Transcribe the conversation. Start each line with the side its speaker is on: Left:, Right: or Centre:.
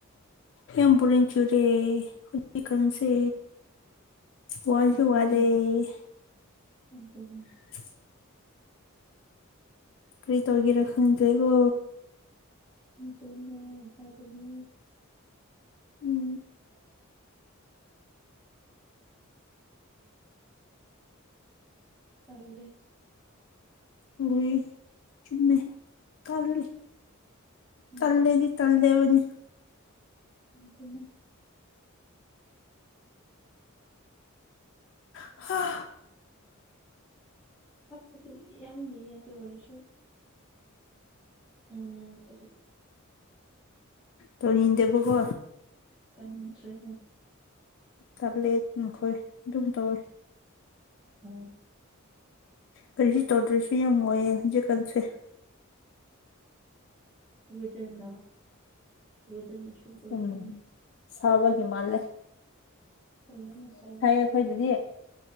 Left: ꯌꯥꯝꯕꯣꯔꯤꯡ ꯆꯨꯔꯦ ꯍꯧꯖꯤꯛꯀꯥꯟꯁꯦ ꯋꯥꯁꯨ
Centre: ꯑꯗꯨꯅꯦ
Left: ꯋꯥꯔꯦ
Centre: ꯑꯗꯨꯅꯦ
Left: <inaudible> <unintelligible> ꯀꯔꯤ ꯇꯧꯔꯤꯒꯦꯔ ꯈꯪꯗ꯭ꯔꯦꯕꯣ
Centre: ꯇꯨꯝꯃꯦ ꯍꯥꯏꯒꯅꯣ
Left: ꯎꯝ
Centre: ꯎ <unintelligible> ꯇꯜꯂꯦ
Left: ꯍꯣꯏ ꯆꯨꯃꯦ ꯀꯂꯂꯤ
Centre: ꯎꯝ
Left: ꯇꯜꯂꯦꯗꯤ ꯇꯜꯂꯦꯕꯅꯤ
Centre: ꯎꯇꯅ <unintelligible>
Left: ꯍꯥ
Centre: ꯊꯛꯄꯗꯤ ꯌꯥꯝ ꯂꯩꯌꯦ ꯑꯗꯨ ꯑꯣꯏꯔꯁꯨ ꯎꯝ ꯀꯔꯤ
Left: ꯇꯧꯅꯤꯡꯗꯦꯕ ꯀꯣ
Centre: ꯇꯟꯅꯤꯡꯗꯊ꯭ꯔꯦ ꯍꯣꯏ
Left: ꯇꯂꯦ ꯃꯈꯣꯏ ꯑꯗꯨꯝ ꯇꯧꯋꯦ
Centre: ꯍꯣꯏ
Left: ꯀꯔꯤꯁꯨ ꯇꯧꯗ꯭ꯔꯁꯨ ꯌꯥꯝ ꯋꯥꯌꯦ ꯍꯧꯪꯖꯤꯛꯀꯥꯟꯁꯦ
Centre: ꯎꯋꯗ ꯅ ꯎꯋꯗ ꯅ ꯁꯄꯣꯔ
Left: ꯎꯝ
Centre: ꯇ <unintelligible> <unintelligible>
Left: ꯁꯥꯕꯒꯤ ꯃꯜ ꯂꯦ
Centre: ꯍꯣꯏ ꯌꯥꯝꯅꯁꯥꯏ ꯍꯧꯖꯤ
Left: ꯑꯩꯈꯣꯏꯗꯗꯤ
Centre: ꯍꯣꯏ